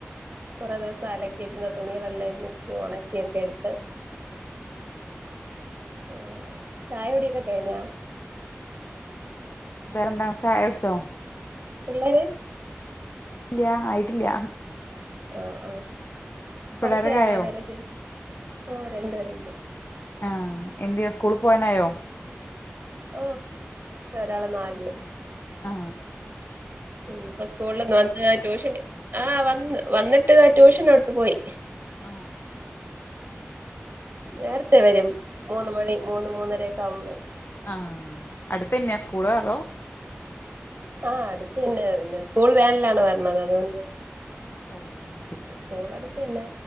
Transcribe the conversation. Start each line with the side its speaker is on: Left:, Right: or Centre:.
Right: കൊറെ ദിവസം അലക്കിയിട്ട തുണികളെല്ലാം ഇന്ന് ഒണക്കി ക്കി എടുത്ത് ആ ചായ കുടി ഒക്കെ കഴിഞ്ഞാ
Left: വേറെന്താണ് ചായകുടിച്ചോ?
Right: പിള്ളേര്
Left: ഇല്ലാ ആയിട്ടില്ല.
Right: ആഹ ആഹ കൊറച്ചേള്ളോ
Left: പിള്ളേരൊക്കെ ആയോ
Right: വരക്ക ഓ രണ്ട് പേരുണ്ട്.
Left: ആഹ എന്തെ സ്കൂള് പോവാനായോ?
Right: ഓ ഒരാള് നാലില്.
Left: ആ
Right: ഉം ഇപ്പ സ്കൂളിൽന്ന് വന്ന് ട്യൂഷന് ആഹ് വന്ന് വന്നിട്ട് ഇതാ ട്യൂഷനോട്ട് പോയി
Left: ആ
Right: നേരത്തെ വരും മൂന്ന് മണി മൂന്ന് മൂന്നരൊക്ക ആവുമ്പോ വരും
Left: ആ അടുത്തന്നെയാ സ്കൂള് അതോ
Right: ആ അടുത്ത തന്നെ പിന്നെ സ്കൂൾ വാനിലാണ് വരണത് അതുകൊണ്ട്
Left: ഉം
Right: സ്കൂൾ അടുത്ത് തന്നെ